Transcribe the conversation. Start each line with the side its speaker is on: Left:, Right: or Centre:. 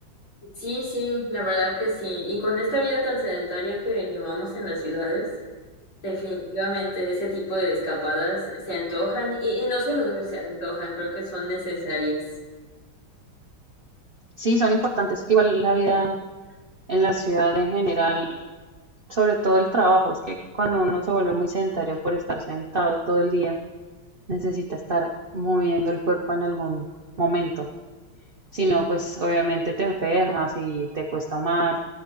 Left: sí, sí, la verdad que sí. Y con esta vida tan sedentaria que llevamos en las ciudades. Definitivamente ese tipo de escapadas se antojan y, y no solo se antojan, creo que son necesarias.
Right: Sí, son importantes, que igual la vida en la ciudad en general sobre todo el trabajo, es que cuando uno se vuelve muy sedentario por estar sentado todo el día, necesita estar moviendo el cuerpo en algún momento. Si
Left: Sí,
Right: no, pues obviamente te enfermas y te cuesta más